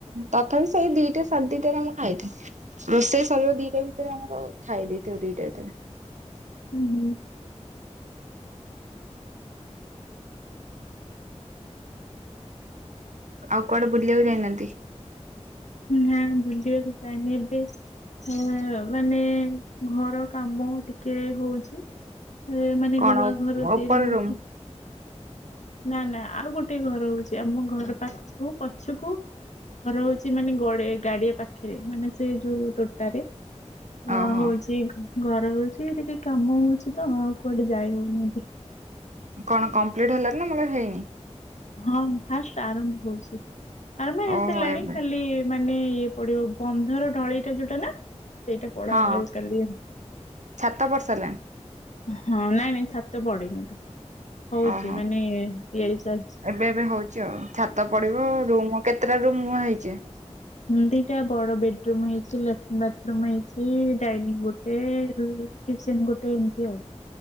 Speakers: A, on the right (about 90°); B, on the left (about 75°).
A: ତଥାପି ସେଇ ଦିଟା ସାଡେ ଦିଟାରେ ମୁ ଖାଇଦିଏ। ରୋଷେଇ ଶରୀବ ଦିଟା ଭିତରେ ଆମର ଖାଇ ଦେଇଥିବୁ ଦିଇଟା ଭିତରେ।
B: ହୁଁ ହୁଁ।
A: ଆଉ କୁଆଡେ ବୁଲିବାକୁ ଯାଇନାହାନ୍ତି?
B: ନାଁ ନାବୁଲିବାକୁ ଯାଇନେ ଏବେ ହ ମାନେ ଘର କାମ ଟିକେ ହଉଛି। ଏ ମାନେ
A: କଣ
B: ନୂଆ ଘର ତିଆରି
A: ଉପର
B: ହୋଉଛି।
A: ରୁମ୍
B: ନା ନା ଆଉ ଗୋଟେ ଘର ହଉଛି ଆମ ଘର ପାଖକୁ ପଛକୁ ଘର ହଉଛି। ସେ ମାନେ ଗ ଗାଡିଆ ପାଖରେ ମାନେ ସେ ଯୋଉ ତୋଟାରେ ଅ
A: ଓହୋ
B: ହଉଛି। ଘର ହଉଛି ଟିକେ କାମ ହଉଛି ତ ଆଉ କୁଆଡେ ଯାଇ ହଉନି ଏବେ।
A: କଣ କମ୍ପ୍ଲିଟ ହେଲାନି ନା ମାନେ ହେଇନି?
B: ହଁ ଫାଷ୍ଟ ଆରମ୍ଭ ହଉଛି ଆରମ୍ଭ ହେଇସାରିଲାଣି
A: ଓହୋ ଏବେ
B: ଖାଲି ମାନେ ଇଏ ପଡିବ ବନ୍ଧର ଢଳେଇଟା ଯୋଉଟା ନା? ସେଇଟା ପଢା
A: ହଁ
B: କାଲି
A: ଛାତ ପଡି ସାରିଲାଣି
B: ହଁ ନାଇଁ ନାଇଁ ଛାତ ପଡିନି ତ ହଉଛି
A: ଓହୋ
B: ମାନେ ଲେ ସା
A: ଏବେ ଏବେ ହଉଛି ଆଉ ଛାତ ପଡିବ ରୁମ କେତେଟା ରୁମ ହେଇଛ?
B: ଦିଟା ବଡ ବେଡରୁୁମ ହେଇଛି ଲାଟ୍ରିନ୍ ବାଥରୁମ ହେଇଛି ଡାଇନିଂ ଗୋଟେ ଗେ କିଚେନ ଗୋଟେ ଏମିତି ଆଉ